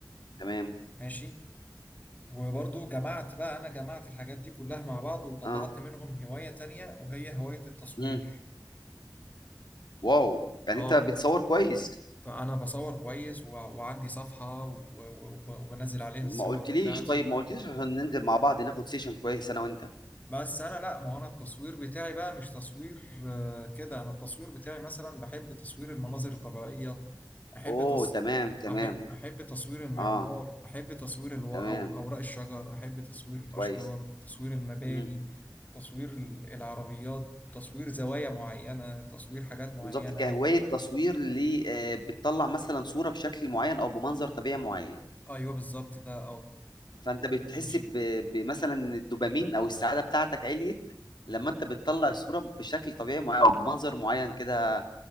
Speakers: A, on the left; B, on the left.
A: تمام
B: ماشي وبرضو جمعت بقى أنا جمعت الحاجات دي كلها مع بعض وطلعت
A: اه
B: منهم هواية تانية وهي هواية التصوير
A: مم. واو يعني
B: اه
A: انت بتصور كويس
B: فانا بصور كويس و... وعندي صفحة و... و... وبنزل عليها
A: ما
B: الصور
A: قلتليش
B: بتاعتي
A: طيب ما قلتليش عشان ننزل مع بعض ناخد سيشن كويس انا وانت
B: بس انا لا ما هو انا التصوير بتاعي بقى مش تصوير آه، كده انا التصوير بتاعي مثلا بحب تصوير المناظر الطبيعية احب
A: اوه
B: تص...
A: تمام تمام
B: أح... احب تصوير المعمار
A: اه
B: احب تصوير الو...
A: تمام
B: أو... اوراق الشجر احب تصوير الاشجار
A: كويس
B: تصوير المباني
A: مم.
B: تصوير ال- العربيات تصوير زوايا معينة تصوير حاجات معينة
A: بالظبط كهواية تصوير اللي آه بتطلع مثلا صورة بشكل معين او بمنظر طبيعي معين
B: ايوه بالظبط ده اه
A: فانت بتحس
B: ماشي
A: ب- بمثلا ان الدوبامين او السعادة بتاعتك عليت لما انت بتطلع الصورة بشكل طبيعي معين او بمنظر معين كده